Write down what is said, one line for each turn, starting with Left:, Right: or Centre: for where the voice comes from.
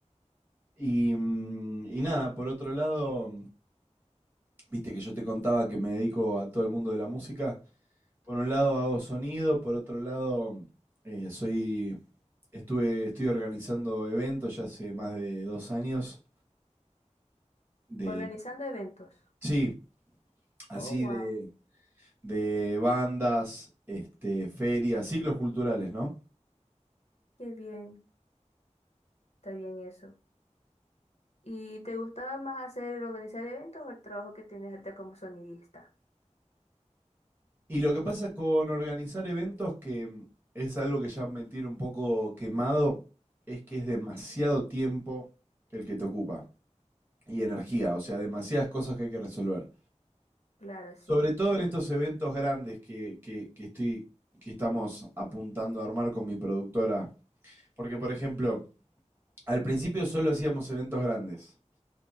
Right: Y, mm, y nada, por otro lado, viste que yo te contaba que me dedico a todo el mundo de la música. Por un lado hago sonido, por otro lado eh, soy, estuve, estoy organizando eventos ya hace más de dos años de,
Left: Organizando eventos.
Right: sí, así
Left: Oh, wow.
Right: de, de bandas, este, ferias, ciclos culturales, ¿no?
Left: Qué bien, está bien eso. ¿Y te gustaba más hacer organizar eventos o el trabajo que tienes ahorita como sonidista?
Right: Y lo que pasa con organizar eventos, que mm, es algo que ya me tiene un poco quemado, es que es demasiado
Left: Ujú.
Right: tiempo el que te ocupa y energía, o sea, demasiadas cosas que hay que resolver.
Left: Claro, sí.
Right: Sobre todo
Left: Porque,
Right: en estos eventos grandes que, que, que estoy, que estamos apuntando a armar con mi productora. Porque, por ejemplo, al principio solo hacíamos eventos grandes.